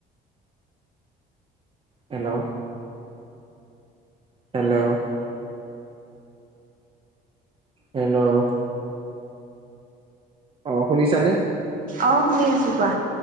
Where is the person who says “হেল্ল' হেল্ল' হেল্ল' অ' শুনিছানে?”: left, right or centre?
Right